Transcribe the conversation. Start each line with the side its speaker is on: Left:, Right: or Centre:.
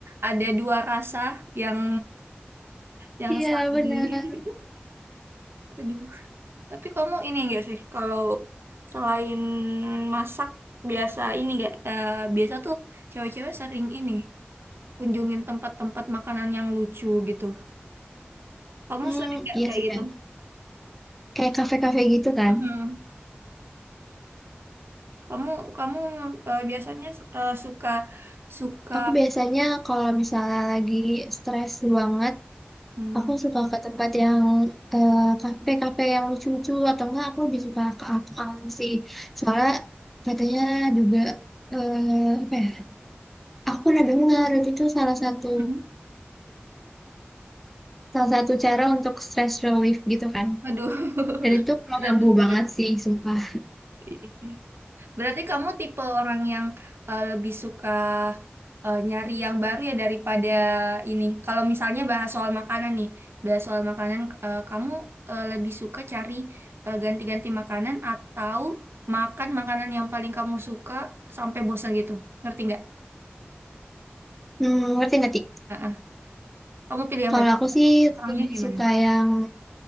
Right: ada dua rasa yang yang
Centre: Iya,
Right: saling
Centre: benar.
Right: <laughs> aduh tapi kamu ini enggak sih kalau selain masak biasa ini enggak eh, biasa tuh cewek-cewek sering ini kunjungin tempat-tempat makanan yang lucu gitu kamu
Centre: Hmm,
Right: sering nggak
Centre: iya
Right: kayak
Centre: sih
Right: gitu
Centre: kan. Kayak kafe-kafe gitu kan.
Right: Mm-mm. Kamu kamu eh, biasanya eh, suka suka
Centre: Aku biasanya kalau misalnya lagi stres banget
Right: hmm,
Centre: Aku suka ke tempat yang eh, kafe-kafe yang lucu-lucu atau enggak aku lebih suka ke alam sih. Soalnya katanya juga eh, apa ya? Aku pernah dengar itu tuh salah satu
Right: hmm.
Centre: salah satu cara untuk stress relief gitu kan.
Right: aduh <laughs>
Centre: Dan itu mengganggu
Right: berarti
Centre: banget sih, sumpah.
Right: Iya sih. berarti kamu tipe orang yang eh, lebih suka eh, nyari yang baru ya daripada ini. Kalau misalnya bahas soal makanan nih, bahas soal makanan eh, kamu eh, lebih suka cari eh, ganti-ganti makanan atau makan makanan yang paling kamu suka sampai bosan gitu. Ngerti nggak?
Centre: Hmm, ngerti ngerti.
Right: Heeh. Kamu pilih yang
Centre: Kalau
Right: mana?
Centre: aku sih
Right: Orangnya
Centre: lebih
Right: gimana?
Centre: suka yang